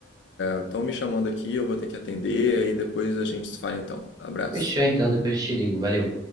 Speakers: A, on the left; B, on the right.
A: estão me chamando aqui, eu vou ter que atender, aí depois a gente se fala então. Abraço.
B: Fechou então, depois eu te ligo, valeu.